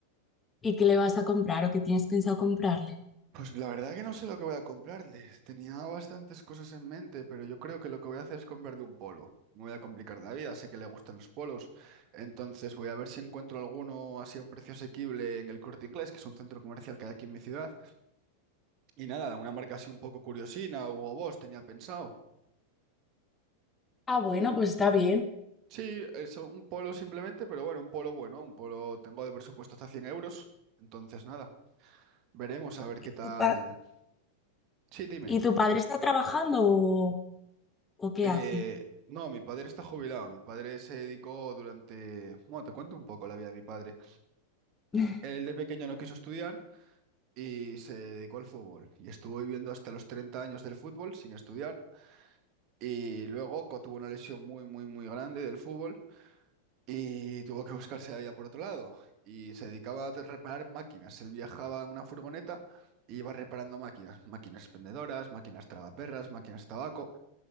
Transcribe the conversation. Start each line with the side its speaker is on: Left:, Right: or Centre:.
Left: ¿Y qué le vas a comprar o qué tienes pensado comprarle?
Right: Pues la verdad que no sé lo que voy a comprarles. Tenía bastantes cosas en mente, pero yo creo que lo que voy a hacer es comprarle un polo. No voy a complicar la vida, sé que le gustan los polos. Entonces voy a ver si encuentro alguno así a un precio asequible en el Corte Inglés, que es un centro comercial que hay aquí en mi ciudad. Y nada, una marca así un poco curiosina, Hugo Boss, tenía pensado.
Left: Ah, bueno, pues está bien.
Right: Sí, eso, un polo simplemente, pero bueno, un polo bueno, un polo tengo de presupuesto hasta 100 euros. Entonces nada, veremos a ver
Left: ¿Y
Right: qué tal.
Left: tu pa-
Right: Sí, dime.
Left: ¿Y tu padre está trabajando o, o qué
Right: Eh,
Left: hace?
Right: no, mi padre está jubilado. Mi padre se dedicó durante... Bueno, te cuento un poco la vida de mi padre.
Left: <laughs>
Right: Él de pequeño no quiso estudiar y se dedicó al fútbol. Y estuvo viviendo hasta los 30 años del fútbol sin estudiar. Y luego co- tuvo una lesión muy, muy, muy grande del fútbol y tuvo que buscarse la vida por otro lado. Y se dedicaba a reparar máquinas. Él viajaba en una furgoneta y iba reparando máquinas. Máquinas expendedoras, máquinas tragaperras, máquinas de tabaco.